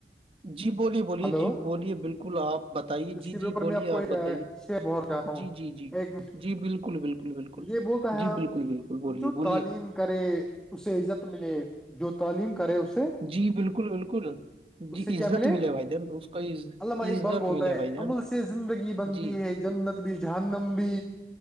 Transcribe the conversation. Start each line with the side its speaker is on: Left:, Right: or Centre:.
Right: جی بولی <unintelligible> بولیے
Centre: ہلو
Right: جی بولیے بالکل آپ بتائیے
Centre: اس
Right: جی
Centre: کے
Right: جی
Centre: اوپر
Right: بولیے
Centre: میں کو
Right: آپ
Centre: ایک
Right: بتائیے
Centre: شیئر بہت چاہتا ہوں
Right: جی جی جی جی
Centre: ایک
Right: جی بالکل بالکل بالکل
Centre: یہ بولتا ہے
Right: جی بالکل بالکل بولیے
Centre: جو
Right: بولیے
Centre: تعلیم کرے اسے عزت ملے جو تعلیم کرے اس سے
Right: جی بالکل بالکل
Centre: اس
Right: جی
Centre: سے
Right: عزت
Centre: کیا ملے
Right: بھائی جان اس کا عز-
Centre: عامہ
Right: عزت
Centre: اقبال بولتا
Right: ملے
Centre: ہے
Right: بھائی جان
Centre: عمل سے زندگی بنتی
Right: جی
Centre: ہے جنت بھی جنمب